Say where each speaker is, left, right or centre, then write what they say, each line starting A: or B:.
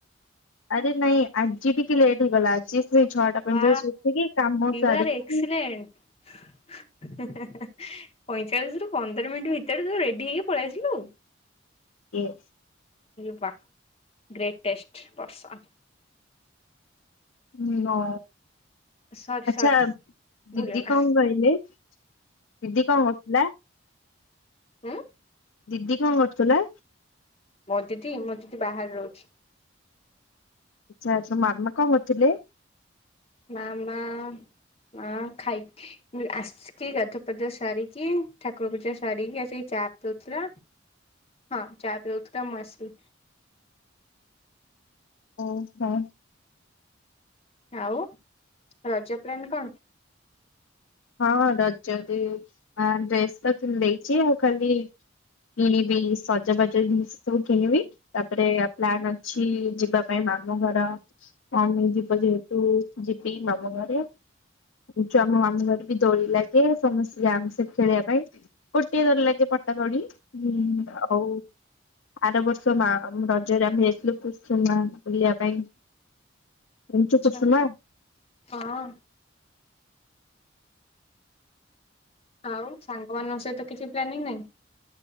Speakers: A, on the left (about 80°); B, on the left (about 30°).
A: ଆରେ ନାଇଁ ଆଜି ଟିକେ ଲେଟ୍ ହେଇଗଲା ଆଜି ସେଇ ଛଅଟା ପଇଁଚାଳିଶ
B: ଓ
A: ଉଠିକି କାମ
B: ୟୁ
A: ସାରିକି
B: ଆର ଏକ୍ସଲେଣ୍ଟ ପଇଁଚାଳିଶ ରୁ ପନ୍ଦର ମିନିଟ୍ ଭିତରେ ତ ରେଡି ହେଇକି ପଳେଇ ଆସିଲୁ
A: ଏସ୍
B: ବା ଗ୍ରେଟେଷ୍ଟ ପର୍ସନ୍
A: ହ ହ
B: ସରି
A: ଆଚଛା
B: ସରି ଭୁଲିଗଲା
A: ଦିଦି କଣ କହିଲେ ହ ସିଦି କଣ ହୋସିଲ
B: ହଁ
A: ଦିଦି କଣ କରୁଥିଲା
B: ମଁ ଦିଦି ମୁଁ ଦିଦି ବାହାରେ ରହୁଛି
A: ଆଚଛା ତ ମାର୍ମା କଣ ଅଥିଲେ
B: ମାମା ମା ଖାଇକି ଆସିକି ଗାଧପଧ ସାରିକି ଠାକୁର ପୂଜା ସାରିକି ଆସିକି ଚା ପିଉଥିଲା ହଁ ଚା ପିଉଥିଲା ମୁଁ ଆସିଲ
A: ଓ ହ
B: ଆଉ ରଜ ପ୍ଲାନ କଣ
A: ହଁ ରଜରେ ଡ୍ରେସ୍ ତ ଦେଇଛି ଆଉ ଖାଲି କିଣିବି ସଜବାଜ ଜିନିଷ ସବୁ କିଣିବି ତାପରେ ପ୍ଲାନ୍ ଅଛି ଯିବା ପାଇଁ ମାମୁଁ ଘରମେ ଯିବ ଯେହେତୁ ଯିବି ମାମୁ ଘରେଛୁ ଆମ ମାମୁଁ ଘରେ ଦୋଳି ଲାଗେ ସମସ୍ତେ ଆାମ ସେ ଖେଳିବା ପାଇଁ ଗୋଟିଏ ଦୋରି ଲାଗେ ପଟା ଦୋଳିଁ ଆଉ ଆର ବର୍ଷ ମା ରଜରେ ଆମେ ଯାଇଥିଲୁ ପୁ ମା ବୁଲିବା ପାଇଁ ଜାଣିଛୁ
B: ଆଛା
A: କୁସୁମା?
B: ହଁ ଆଉ ସାଙ୍ଗମାନାନଙ୍କ ସହିତ କିଛି ପ୍ାନିଂ ନହିଁ